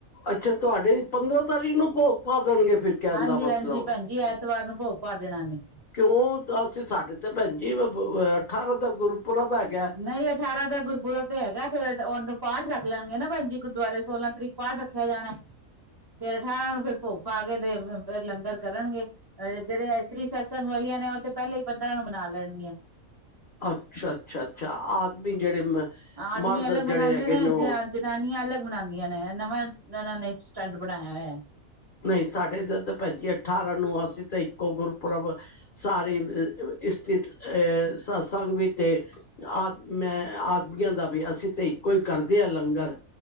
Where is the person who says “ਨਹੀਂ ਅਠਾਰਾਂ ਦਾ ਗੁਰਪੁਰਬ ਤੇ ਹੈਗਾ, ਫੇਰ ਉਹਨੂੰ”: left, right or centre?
Right